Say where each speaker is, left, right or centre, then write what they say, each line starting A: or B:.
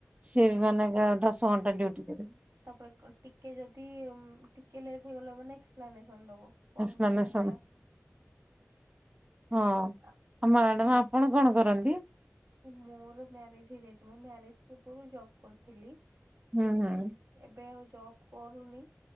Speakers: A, on the right; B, on the right.
A: ସିଏ
B: ହୁଁ ହୁଁ
A: ବି ମାନେ ଯାହା ଦଶ ଘଣ୍ଟା ଡ୍ୟୁଟି କରିବେ।
B: ତାପରେ କଣ ଟିକେ ଯଦି ଉମ ଟିକେ ଲେଟ୍ ହେଇଗଲା ମାନେ ଏକ୍ସପ୍ଲାନେସନ ଦବ। କଣ
A: ଏକ୍ସପ୍ଲାନେସନ,
B: ପାଇଁ ହେଲା
A: ହଁ ଆଉ
B: ଆ
A: ମ୍ୟାଡାମ
B: ହୁଁ।
A: ଆପଣ କଣ କରନ୍ତି?
B: ମୋର ମ୍ୟାରେଜ ହେଇଯାଇଛି ମୁଁ ମ୍ୟାରେଜ ପୂର୍ବରୁ ଜବ କରୁଥିଲି।
A: ହୁଁ ହୁଁ।
B: ଏବେ ଆଉ ଜବ୍ କରୁନି,